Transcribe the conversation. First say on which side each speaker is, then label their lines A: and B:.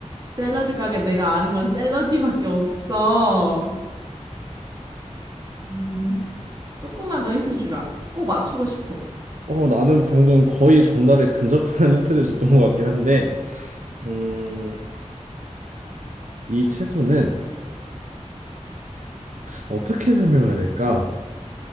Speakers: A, on the right; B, on the right.
A: 샐러드 가게 내가 아는 건 샐러디밖에 없어. 음, 조금만 더 힌트 주라. 꼭 맞추고 싶어.
B: 어, 나는 방금 거의 정답에 근접한 <laughs> 힌트를 줬던 것 같긴 한데, 음, 이 채소는 어떻게 설명해야 될까?